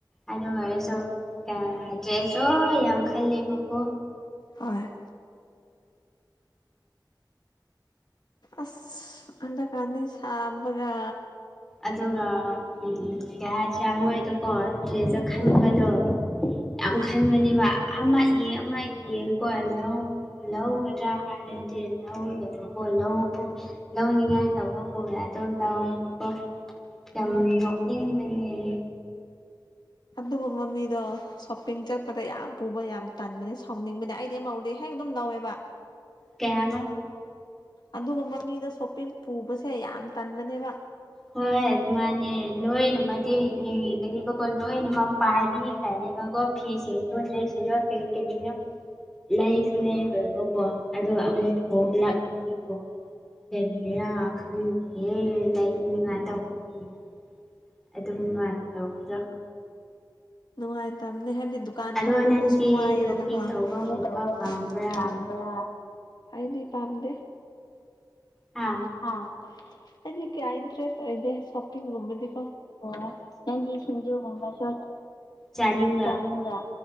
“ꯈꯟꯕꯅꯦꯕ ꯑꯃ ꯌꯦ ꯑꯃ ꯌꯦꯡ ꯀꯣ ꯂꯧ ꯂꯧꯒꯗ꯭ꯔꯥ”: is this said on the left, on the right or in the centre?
Centre